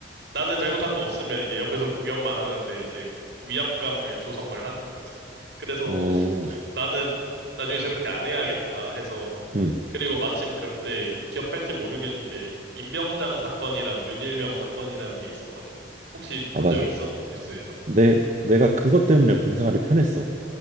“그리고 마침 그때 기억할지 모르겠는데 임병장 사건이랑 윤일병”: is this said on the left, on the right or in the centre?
Right